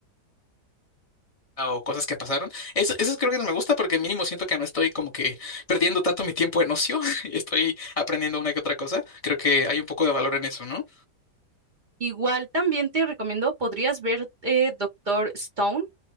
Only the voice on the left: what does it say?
o cosas que pasaron. Eso, eso creo que no me gusta porque mínimo siento que no estoy como que perdiendo tanto mi tiempo en ocio <laughs> y estoy aprendiendo una que otra cosa. Creo que hay un poco de valor en eso, ¿no?